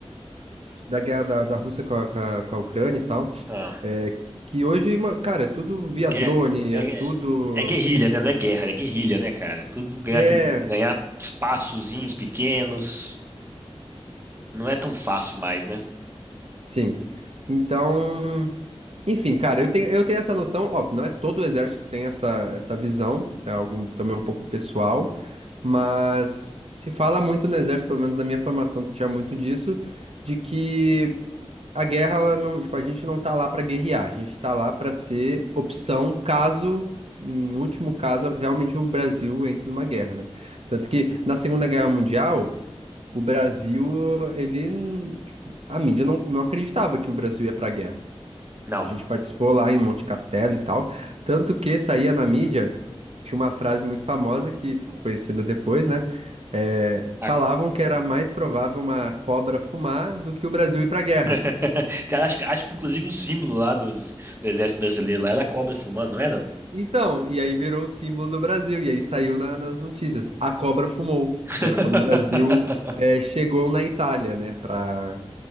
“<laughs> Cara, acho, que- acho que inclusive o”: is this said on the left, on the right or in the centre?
Right